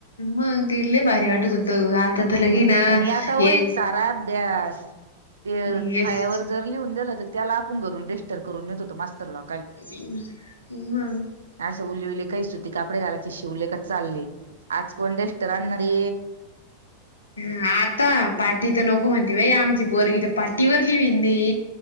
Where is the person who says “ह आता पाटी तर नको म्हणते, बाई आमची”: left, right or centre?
Left